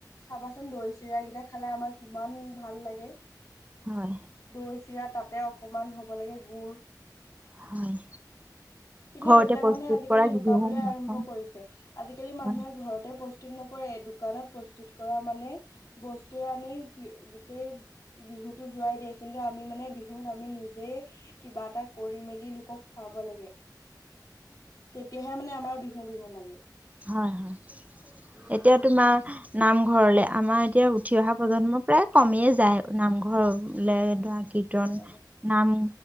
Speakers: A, on the left; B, on the right.
A: চাবাচোন দৈ চিৰাকেইটা খালে আমাৰ কিমান ভাল লাগে।
B: হয়
A: দৈ চিৰা তাতে অকমান হ'ব লাগে গু়ৰ।
B: হয়।
A: কিন্তু
B: ঘৰতে
A: এইবিলাক
B: প্ৰস্তুত
A: মানে আজিকালি
B: কৰা
A: লুকাবলৈ
B: ঘিউ মাখন
A: আৰম্ভ কৰিছে আজিকালি মানুহে
B: হয়
A: ঘৰতে নকৰে দোকানত মানে বস্তুৱে আনি গোটেই বিহুতো যোৱাই দিয়ে কিন্তু আমি ম বিহুত আমি নিজে কিবা এটা কৰি মেলি ক খুৱাব লাগে তেতিয়াহে মানে আমাৰ বিহু বিহু লাগে।
B: হয়, হয় এতিয়া তোমাৰ নামঘৰলে আমাৰ এতিয়া উঠি অহা প্ৰজন্ম প্ৰায় কমিয়েইে যায় নামঘৰলে কীৰ্তন
A: হয় হয়
B: নাম